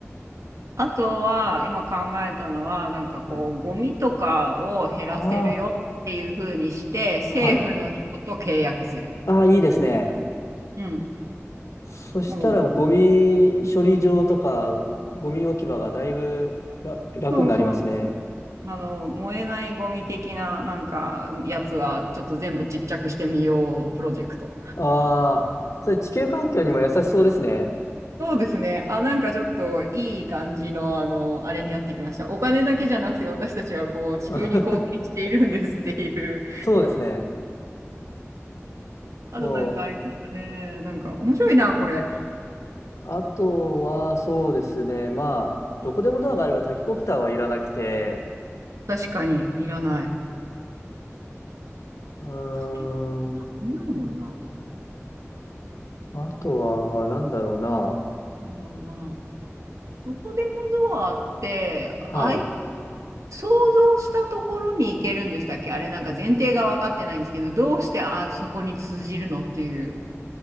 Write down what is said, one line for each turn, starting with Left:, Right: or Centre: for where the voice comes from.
Right: あとは、今考えたのは、なんかこう、
Left: はい。
Right: ゴミとかを減らせるよっていう風にして、
Left: ああ、
Right: 政府の人と契約する。
Left: はい。ああ、いいですね。
Right: うん。
Left: そしたらゴミ処理場とかゴミ置き場がだいぶら楽になりますね。
Right: もう、そうそうあの、燃えないゴミ的な、なんか、やつは、ちょっと全部ちっちゃくしてみよう、プロジェクト。
Left: ああ、それ地球環境にも優しそうですね。
Right: そうですね。あ、なんかちょっと、いい感じの、あの、あれになってきました。お金だけじゃなくて、私たちは、こう、地球に貢献しているんですっていう。
Left: <laughs> そうですね。
Right: あと、
Left: もう、
Right: なんかありますかね。なんか、面白いな、これ。
Left: あとはそうですね。まあ、どこでもドアがあればタケコプターはいらなくて、
Right: 確かに、いらない。
Left: うーん、
Right: 竹、なんもないもんな。
Left: あとはなんだろうな。
Right: なんだろうな。どこでもドアって、
Left: はい。
Right: アイ想像したところに行けるんでしたっけあれなんか前提が分かってないんですけど、どうしてあそこに通じるのっていう。